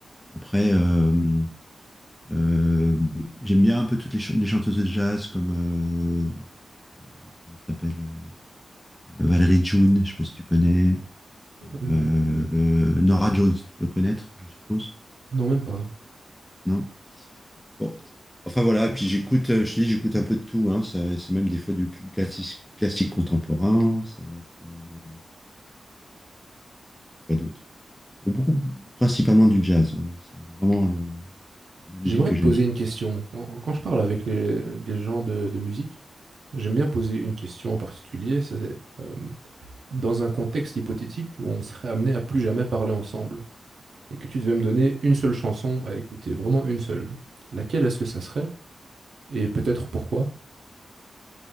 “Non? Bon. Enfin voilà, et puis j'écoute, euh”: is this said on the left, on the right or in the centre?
Centre